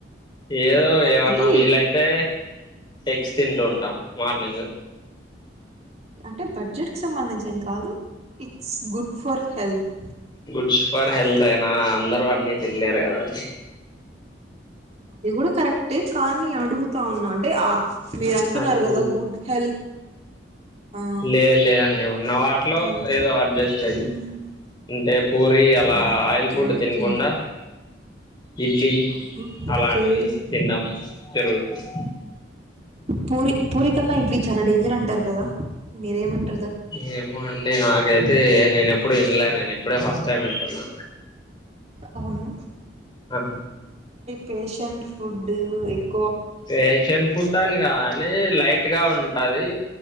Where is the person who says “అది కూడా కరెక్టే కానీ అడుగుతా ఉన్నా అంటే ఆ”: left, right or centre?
Right